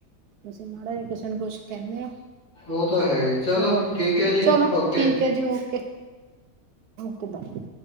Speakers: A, on the right; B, on the left.
A: ਅਸੀਂ ਮਾੜਾ ਕਿਸੇ ਨੂੰ ਕੁਛ ਕਹਿੰਨੇ ਆ।
B: ਉਹ ਤਾਂ ਹੈ ਹੀ। ਚਲੋ
A: ਔ ਹੋਏ
B: ਠੀਕ ਹੈ ਜੀ
A: ਚਲੋ,
B: ਓਕੇ
A: ਠੀਕ ਹੈ ਜੀ, ਔ ਕੇ। ਕਿਦਾਂ ਦੀ